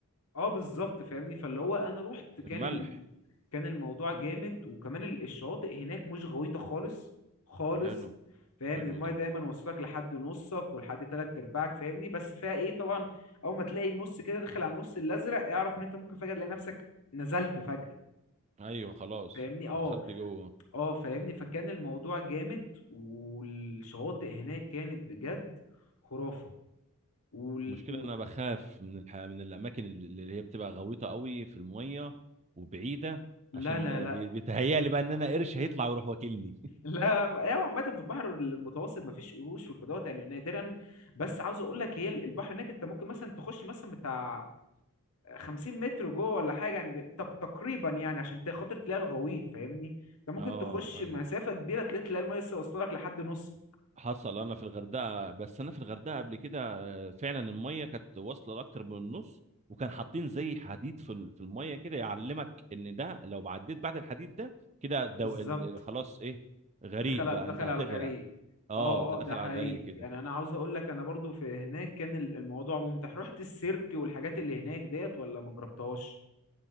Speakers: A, on the left (about 75°); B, on the right (about 30°).
A: اه بالظبط فاهمني فاللي هو انا رحت كان
B: من الملح
A: ال... كان الموضوع جامد
B: مم.
A: وكمان ال- الشواطئ هناك مش غويطة خالص خالص
B: حلو
A: فاهم
B: حلو
A: المايه
B: ده
A: دايما واصلك لحد نصك ولحد تلات ارباعك فاهمني بس فيها ايه طبعا اول ما تلاقي النص كده داخل على النص الازرق اعرف ان انت ممكن فجأة تلاقي نفسك نزلت فجأة
B: ايوه خلاص
A: فاهمني اه
B: دخلت جوه
A: اه فاهمني فكان الموضوع جامد والشواطئ هناك كانت بجد خرافة وال...
B: المشكله
A: و...
B: انا بخاف من الح... من الاماكن اللي اللي هي بتبقى غويطه قوي في الميه وبعيده
A: لا
B: عشان
A: لا لا
B: بي- بيتهيألي بقى ان انا قرش هيطلع ويروح واكلني
A: لا ايوه عامة في البحر المتوسط مفيش قروش وكده يعني نادرا بس عاوز اقول لك هي البحر هناك انت ممكن مثلا تخش مثلا بتاع 50 متر جوه ولا حاجة يعني بي- تق- تقريبا يعني عشان ت- خاطر تلاقي الغويط فاهمني انت ممكن
B: <laughs> اه
A: تخش
B: ايوه
A: مسافة كبيرة تلاقي تلاقي المية لسه واصلة لك لحد نص
B: حصل انا في الغردقه بس انا في الغردقه قبل كده آه، فعلا الميه كانت واصله لاكتر من النص وكان حاطين زي حديد في ال- في الميه كده يعلمك ان ده لو عديت بعد الحديد ده كده الدو...
A: بالظبط
B: ال- خلاص ايه غريق
A: دخل
B: بقى
A: دخل
B: انت هتغرق
A: على الغريق
B: اه
A: اه
B: انت داخل
A: اه ده حقيقي
B: على الغريق كده
A: يعني انا عاوز اقول لك انا برضو في هناك كان ال- الموضوع ممتع رحت السيرك والحاجات اللي هناك ديت ولا ما جربتهاش